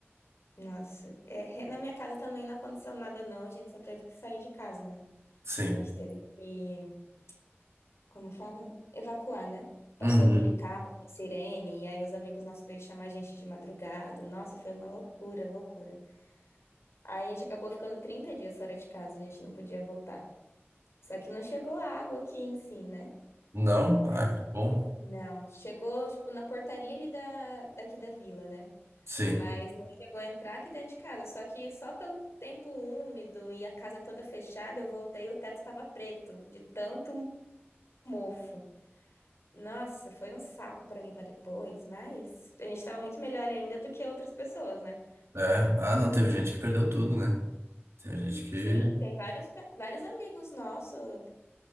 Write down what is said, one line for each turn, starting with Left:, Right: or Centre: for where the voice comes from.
Left: Nossa, é, re- na minha casa também não aconteceu nada, não. A gente só teve que sair de casa, né?
Right: Sim.
Left: A gente teve que, como fala? Evacuar, né? Passou
Right: Uhum.
Left: aquele carro com sirene, e aí os amigos nossos veio chamar a gente de madrugada. Nossa, foi uma loucura, loucura. Aí a gente acabou ficando 30 dias fora de casa, a gente não podia voltar. Só que não chegou água aqui em si, né?
Right: Não?
Left: Mas
Right: Ah, que bom.
Left: Não, chegou, tipo, na portaria ali da, daqui da vila, né?
Right: Sim.
Left: Mas não chegou a entrar aqui dentro de casa. Só que só pelo tempo úmido e a casa toda fechada, eu voltei e o teto estava preto, de tanto mofo. Nossa, foi um saco para limpar depois, mas a gente estava muito melhor ainda do que outras pessoas, né?
Right: É. Ah, não, teve gente que perdeu tudo, né? Tem gente que.
Left: Sim, tem vários, pe- vários amigos nossos